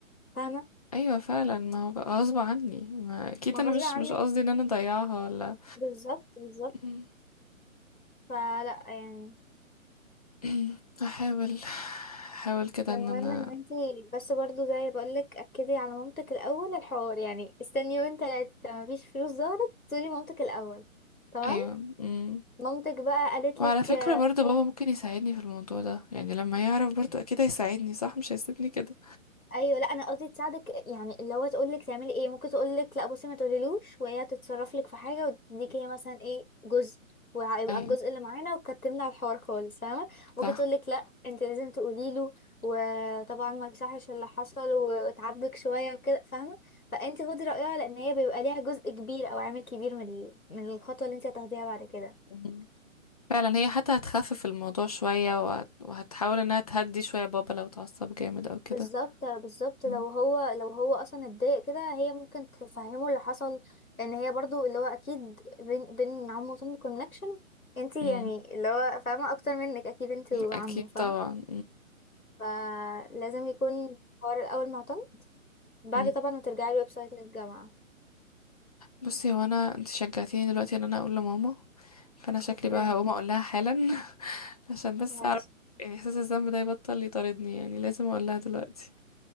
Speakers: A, on the left (about 85°); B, on the left (about 30°).
A: فاهمه
B: ايوه فعلا ما هو بقى غصب عني ما اكيد
A: ما
B: انا
A: غصب
B: مش
A: عنك
B: مش قصدي ان انا اضيعها ولا
A: بالظبط بالظبط
B: مم.
A: فلا يعني
B: <clears throat> احاول احاول كده
A: فالمهم
B: ان انا
A: ان انت بس برضو زي ما بقولك اكدي على مامتك الاول الحوار يعني استني يومين تلاتة مفيش فلوس ظهرت تقولي مامتك الاول تمام
B: ايوه مم.
A: مامتك بقى قالت
B: وعلى
A: لك
B: فكرة
A: آه،
B: برضو
A: مثلا
B: بابا ممكن يساعدني في الموضوع ده يعني لما يعرف برضو اكيد هيساعدني صح مش هيسيبني كده
A: ايوه لا انا قصدي تساعدك يعني اللي هو تقول لك تعملي ايه ممكن تقول لك لا بصي ما تقوليلوش وهي تتصرف لك في حاجه وتديك هي مثلا ايه جزء وهيبقى
B: ايوه
A: الجزء اللي معانا وكتمنا على الحوار خالص فاهمه ممكن
B: صح
A: تقول لك لا انت لازم تقولي له وطبعا ما يصحش اللي حصل وتعاتبك شويه وكده فاهمه فانت خدي رايها لان هي بيبقى ليها جزء كبير او عامل كبير من ال- من الخطوه اللي انت هتاخديها بعد كده
B: مم. فعلا هي حتى هتخفف الموضوع شوية وهت- وهتحاول انها تهدي شوية بابا لو اتعصب جامد او كده
A: بالظبط بالظبط
B: مم.
A: لو هو لو هو اصلا اتضايق كده هي ممكن تفهمه اللي حصل لان هي برضو اللي هو اكيد بين بين عمه وطن كونكشن انتي
B: مم.
A: يعني اللي هو فاهمه اكتر منك اكيد انتي وعمه
B: اكيد
A: فاهم
B: طبعا
A: فلازم يكون حوار الاول مع طن بعد
B: مم.
A: طبعا ما ترجعي الويب سايت للجامعه
B: بصي هو انا انت شجعتيني دلوقتي ان انا اقول لماما فانا شكلي
A: اوكي
B: بقى هقوم اقول لها حالا <laughs> عشان بس
A: ماشي
B: اعرف يعني احساس الذنب ده يبطل يطاردني يعني لازم اقول لها دلوقتي